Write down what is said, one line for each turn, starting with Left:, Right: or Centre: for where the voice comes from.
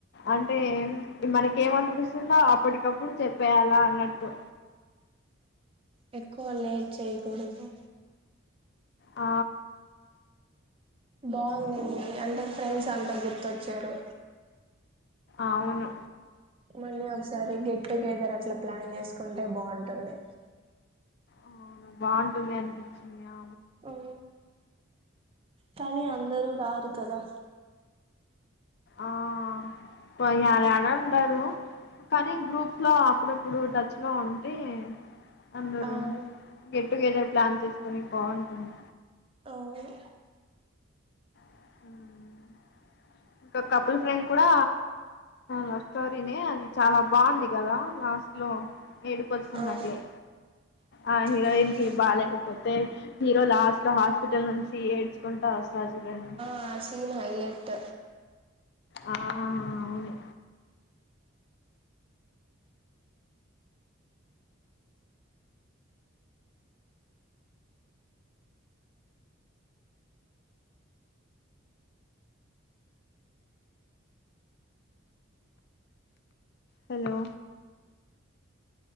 Left: అంటే మనకి ఏమనిపిస్తుందో అప్పటికప్పుడు చెప్పేయాలా అన్నట్టు
Right: ఎకువ లేేట్ చేయకూడదు.
Left: ఆ
Right: బాగుందండి అంటే ఫ్రెండ్స్ అంతా గుర్తొచ్చారు.
Left: అవును
Right: అ ఒకసారి గెట్ టుగెదర్ అట్లా ప్లాన్ చేసుకుంటే బాగుంటుంది.
Left: అవునా బాగుంటుంది అనిపించిందియా
Right: ఆ కానీ అందరూ రారు కదా
Left: ఆ పోయ్యారా అంటరు. కానీ గ్రూప్స్ లో అప్పుడప్ ఇప్పుడు టచ్ లో ఉంటే అందరు
Right: అవును
Left: గెట్టుగెదర్ ప్లాన్ చేస్ కొని బాగుంటుంది
Right: అవును
Left: మ్ ఒక కపుల్ ఫ్రెండ్ కూడా లవ్ స్టోరీనే అది చాలా బాగుంది. కదా లాస్ట్ లో ఏడిపస్తున్నట్లే
Right: అవును
Left: ఆ హీరోయిన్
Right: అవును
Left: కి బాలేేకపోతే హీరో లాస్ట్ లో హాస్పిటల్ నుంచి ఏడ్చుకుంటూ వస్తారు చూడండి.
Right: ఆసైన్ హైలెట్
Left: ఆ అవును hello